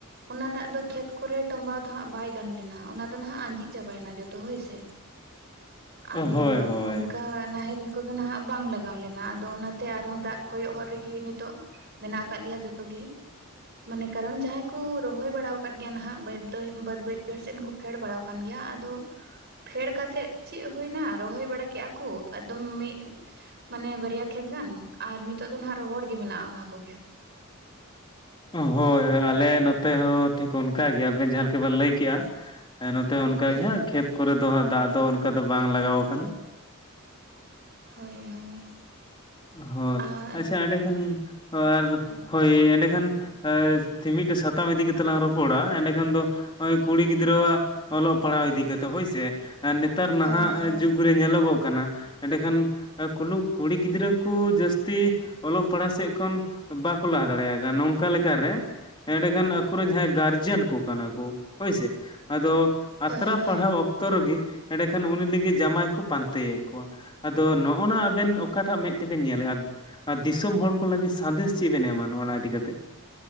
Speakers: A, on the right; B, on the left.
A: ᱚᱱᱟ ᱫᱟᱜ ᱫᱚ ᱠᱷᱮᱛ ᱠᱚᱨᱮ ᱴᱚᱢᱵᱟᱣ ᱚᱱᱟ ᱫᱟᱜ ᱚᱱᱟ ᱫᱟᱜ ᱫᱚ ᱠᱷᱮᱛ ᱠᱚᱨᱮ ᱴᱚᱸᱵᱟ ᱫᱚ ᱦᱟᱜ ᱵᱟᱭ ᱜᱟᱱ ᱞᱮᱱᱟ ᱚᱱᱟ ᱫᱚ ᱱᱟᱦᱟᱜ ᱟᱸᱡᱮᱜ ᱪᱟᱵᱟᱭᱮᱱᱟ ᱡᱚᱛᱚ ᱦᱳᱭ ᱥᱮ᱾
B: <inaudible>
A: ᱟᱫᱚ
B: ᱦᱳᱭ ᱦᱳᱭ
A: ᱚᱱᱠᱟ ᱱᱟᱦᱮᱞ ᱠᱚᱫᱚ ᱱᱟᱦᱟᱜ ᱵᱟᱝ ᱞᱟᱜᱟᱣ ᱞᱮᱱᱟ ᱟᱫᱚ ᱚᱱᱟ᱾ ᱛᱮ ᱟᱨᱦᱚᱸ ᱫᱟᱜ ᱠᱚᱭᱚᱜ ᱦᱚᱨ ᱨᱮᱜᱮ ᱱᱤᱛᱚᱜ ᱢᱮᱱᱟᱜ ᱟᱠᱟᱫ ᱞᱮᱭᱟ ᱡᱚᱛᱚ ᱜᱮ᱾ ᱢᱟᱱᱮ ᱠᱟᱨᱚᱱ ᱡᱟᱦᱟᱸᱭ ᱠᱚ ᱨᱚᱦᱚᱭ ᱵᱟᱲᱟ ᱟᱠᱟᱫ ᱜᱮᱭᱟ ᱱᱟᱦᱟᱜ ᱵᱟᱹᱭ ᱫᱚ ᱵᱟᱹᱫ ᱵᱟᱹᱭᱦᱟᱹᱲ ᱥᱮᱫ ᱦᱚᱸ ᱯᱷᱮᱰ ᱵᱟᱲᱟ ᱟᱠᱟᱱ ᱜᱮᱭᱟ ᱟᱫᱚ ᱯᱷᱮᱰ ᱠᱟᱛᱮᱫ ᱪᱮᱫ ᱦᱩᱭᱳᱱᱟ ᱨᱚᱦᱚᱭ ᱵᱟᱲᱟ ᱠᱮᱫᱟ ᱠᱚ, ᱮᱠᱫᱚᱢ ᱢᱤᱫ ᱢᱟᱱᱮ ᱵᱟᱨᱭᱟ ᱠᱷᱮᱛ ᱜᱟᱱ ᱟᱨ ᱱᱤᱛᱚᱜ ᱫᱚ ᱱᱟᱦᱟᱜ ᱨᱚᱦᱚᱲ ᱜᱮ ᱢᱮᱱᱟᱜᱼᱟ ᱚᱱᱟᱠᱚ ᱠᱷᱮᱛ᱾
B: ᱦᱳᱭ ᱦᱳᱭ ᱟᱞᱮ ᱱᱚᱛᱮ ᱦᱚᱸ ᱴᱷᱤᱠ ᱚᱱᱠᱟ ᱜᱮ ᱟᱵᱮᱱ ᱡᱟᱸᱦᱟᱸ ᱞᱮᱠᱟ ᱵᱮᱱ ᱞᱟᱹᱭ ᱠᱮᱜᱼᱟ᱾ ᱦᱮᱸ ᱱᱚᱛᱮ ᱦᱚᱸ ᱚᱱᱠᱟᱜ
A: ᱦᱳᱭ
B: ᱜᱮ ᱦᱟᱸᱜ ᱠᱷᱮᱛ ᱠᱚᱨᱮ ᱫᱚ ᱦᱟᱸᱜ ᱫᱟᱜ ᱫᱚ ᱚᱱᱠᱟ ᱫᱚ ᱵᱟᱝ ᱞᱟᱜᱟᱣ ᱟᱠᱟᱱᱟ᱾
A: ᱦᱳᱭ ᱦᱳᱭ
B: ᱦᱳᱭ
A: ᱟᱨ
B: ᱟᱪᱪᱷᱟ ᱮᱸᱰᱮ ᱠᱷᱟᱱ ᱟᱨ ᱦᱳᱭ ᱮᱸᱰᱮᱠᱷᱟᱱ ᱟ ᱢᱤᱫᱴᱮᱡ ᱥᱟᱛᱟᱢ ᱤᱫᱤ ᱠᱟᱛᱮᱜ ᱞᱟᱝ ᱨᱚᱯᱚᱲᱟ᱾ ᱮᱸᱰᱮᱠᱷᱟᱱ ᱫᱚ ᱱᱚᱜᱚᱭ ᱠᱩᱲᱤ ᱜᱤᱫᱽᱨᱟᱹ ᱟᱜ ᱚᱞᱚᱜ ᱯᱟᱲᱦᱟᱣ ᱤᱫᱤ ᱠᱟᱛᱮ ᱦᱳᱭ ᱥᱮ ᱱᱮᱛᱟᱨ ᱱᱟᱦᱟᱜ
A: ᱦᱳᱭ ᱦᱳᱭ
B: ᱡᱩᱜᱽ ᱨᱮ ᱧᱮᱞᱚᱜᱚᱜ ᱠᱟᱱᱟ ᱮᱸᱰᱮᱠᱷᱟᱱ ᱠᱩᱞᱩ ᱠᱩᱲᱤ ᱜᱤᱫᱽᱨᱟᱹ ᱩᱱᱠᱩ ᱡᱟᱹᱥᱛᱤ ᱚᱞᱚᱜ ᱯᱟᱲᱦᱟᱜ ᱥᱮᱫ ᱠᱷᱚᱱ ᱵᱟᱠᱚ ᱞᱟᱦᱟ ᱫᱟᱲᱮᱭᱟᱜ ᱠᱟᱱᱟ ᱱᱚᱝᱠᱟ ᱞᱮᱠᱟᱨᱮ ᱮᱸᱰᱮᱠᱷᱟᱱ ᱟᱠᱚᱨᱮᱱ ᱡᱟᱸᱦᱟᱸᱭ ᱜᱟᱨᱡᱮᱱ ᱠᱚ ᱠᱟᱱᱟ ᱠᱚ ᱦᱳᱭᱥᱮ ᱟᱫᱚ ᱟᱛᱨᱟ
A: ᱦᱳᱭ ᱦᱳᱭ
B: ᱯᱟᱲᱦᱟᱣ ᱚᱠ ᱚᱠᱛᱚ ᱨᱮᱜᱮ ᱮᱸᱰᱮᱠᱷᱟᱱ ᱩᱱᱤ ᱞᱟᱹᱜᱤᱫ ᱡᱟᱢᱟᱭ ᱠᱚ ᱯᱟᱱᱛᱮᱭᱮᱫ ᱠᱚᱣᱟ᱾ ᱟᱫᱚ ᱱᱚᱜᱼᱚᱱᱟ ᱟᱵᱮᱱ ᱚᱠᱟᱴᱟᱜ ᱢᱮᱫ ᱛᱮᱵᱮᱱ ᱧᱮᱞᱮᱜ ᱟᱨ ᱟᱨ ᱫᱤᱥᱚᱢ ᱦᱚᱲ ᱠᱚ ᱞᱟᱹᱜᱤᱫ ᱥᱟᱸᱫᱮᱥ ᱪᱮᱫ ᱵᱮᱱ ᱮᱢᱟ ᱱᱚ ᱚᱱᱟ ᱤᱫᱤᱠᱟ ᱠᱟᱛᱮ᱾